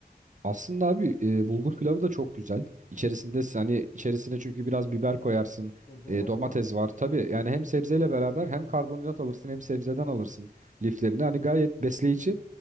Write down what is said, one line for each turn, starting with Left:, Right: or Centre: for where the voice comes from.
Right: Aslında abi e, bulgur pilavı da çok güzel. İçerisinde s- hani içerisine çünkü biraz biber koyarsın.
Left: Sebzeler
Right: e, domates
Left: de var.
Right: var. Tabii yani hem
Left: Evet.
Right: sebzeyle beraber hem karbonhidrat alırsın hem sebzeden alırsın liflerini. Hani gayet besleyici